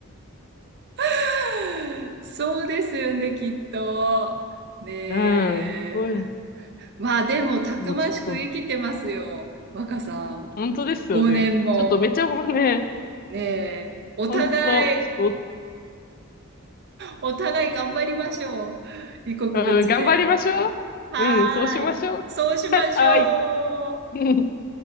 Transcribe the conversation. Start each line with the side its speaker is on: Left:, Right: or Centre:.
Right: <laughs> そうですよね、きっと。
Left: <laughs>
Right: ねえ。
Left: うん、すごい。
Right: まあ、でも、たくましく生きてますよ、
Left: もうちょっと、
Right: 若さん。
Left: 本当ですよね。
Right: 5年も、
Left: ちょっとめちゃもうね、
Right: おねえ。お互い、
Left: 本当、ちょっ
Right: お互い頑張りましょう。異国の地で。
Left: と、うん、頑張りましょう。
Right: はーい。
Left: うん、そうしましょう。
Right: そうしましょう。
Left: <laughs> はい。<laughs>